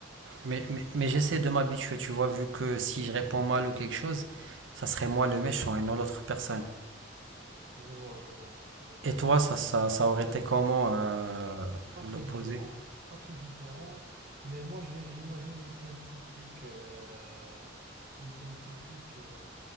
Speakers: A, on the right (about 70°); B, on the right (about 50°).
A: mais, mais, mais j'essaie de m'habituer, tu vois, vu que si je réponds mal ou quelque chose, ça serait moi le méchant et non l'autre personne.
B: Je vois, je vois, je vois.
A: Et toi, ça, ça, ça aurait été comment euh,
B: Pas très
A: l'opposé?
B: différent, pas très différent. Mais moi, je- j'imagine une scène typique, euh, une scène typique euh,